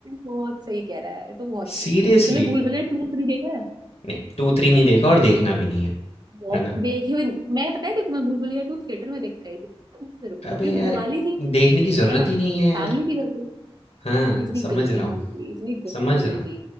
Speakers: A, on the right; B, on the left.
A: बहुत सही कह रहा है ये तो बहुत
B: सीरियसली
A: सही तूने भूल भुलैया टू थ्री देखा है
B: नहीं टू थ्री नहीं देखा और देखना भी नहीं है
A: बहुत
B: है ना
A: देखी हुई मैं पता है देखो मैं भूल भुलैया टू थिएटर में देख के आई थी पता है तेरे को
B: अबे
A: क्योंकि
B: यार
A: दिवाली थी
B: देखने की जरूरत
A: है ना
B: ही नहीं है
A: फैमिली
B: यार
A: थी घर पे
B: हाँ
A: इतनी
B: समझ
A: गंदी
B: रहा
A: मूवी
B: हूँ
A: थी इतनी गंदी
B: समझ
A: मूवी
B: रहा
A: थी